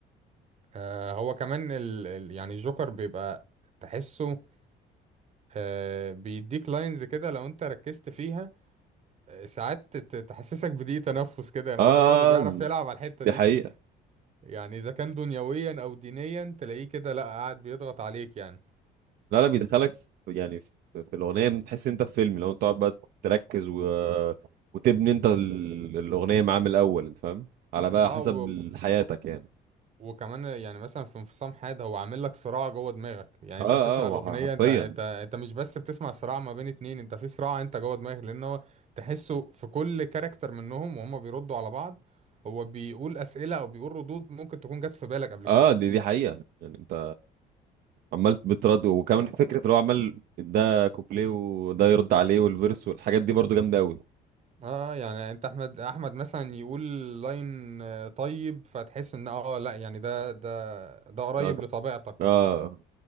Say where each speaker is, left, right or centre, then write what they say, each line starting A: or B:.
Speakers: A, on the right; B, on the right.
A: آه هو كمان ال ال يعني الجوكر بيبقى تحسه آه بيديك لاينز كده لو انت ركزت فيها آه، ساعات ت- تحسسك بضيق تنفس كده يعني
B: اه
A: هو
B: آه،
A: برضه بيعرف
B: آه، آه،
A: يلعب على الحتة
B: دي
A: دي
B: حقيقه
A: يعني اذا كان دنيويا او دينيا تلاقيه كده لا قاعد بيضغط عليك يعني
B: لا لا بيدخلك في يعني في, في الاغنيه بتحس إن انت في فيلم لو انت تقعد بقى تركز و... وتبني انت ال- الاغنيه معاه من الاول انت فاهم على بقى
A: اه
B: حسب
A: و...
B: ال- حياتك يعني
A: وكمان يعني مثلا في انفصام حاد هو عامل لك صراع جوه دماغك يعني
B: اه
A: انت بتسمع
B: اه هو
A: الاغنيه
B: ح- حرفيا
A: انت انت انت مش بس بتسمع صراع ما بين اتنين انت في صراع انت جوه دماغك لان هو تحسه في كل كاركتر منهم وهم بيردوا على بعض هو بيقول اسئله او بيقول ردود ممكن تكون جت في بالك قبل
B: اه
A: كده
B: آه، دي دي حقيقه يعني انت عمال بترد وكمان فكره اللي هو عمال ده كوبليه وده يرد عليه والفيرس والحاجات دي برضو جامده قوي
A: اه يعني انت احمد احمد مثلا يقول لاين آه، طيب فتحس ان اه لا يعني ده ده ده قريب
B: اه
A: لطبيعتك
B: آه. آه.